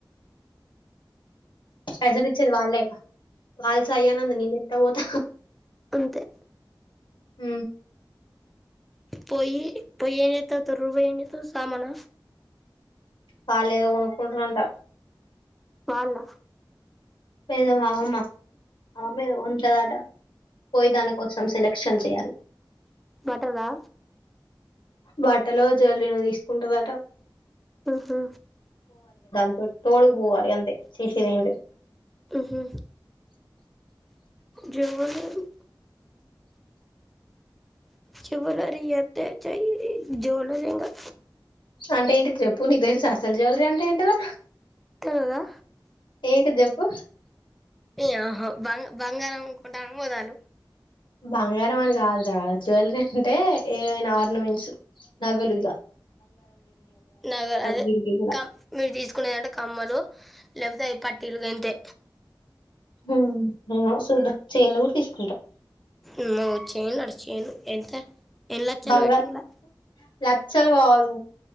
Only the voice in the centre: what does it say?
అంతే
పోయి ఎం చెత్తావ్ తొర్రూరు పోయి ఎం చెత్తావ్ సామానా
వాళ్ళ
బట్టలా
ఉహు
ఉహు జ్యువలరీ జ్యువలరీ చెత్తే చేయి జ్యువలరింగా
తెలియదా
ఆహో బ బంగారం కొంటనని పోతాలు
నాగ అదే
క మీరు తీసుకునేదంటే కమ్మలు లేకపోతే అయ్ పట్టీలు గంతే
ఇమ్మ చైన్ అంట చైను ఎంత ఎన్ని లచ్చలు
పెట్టిందో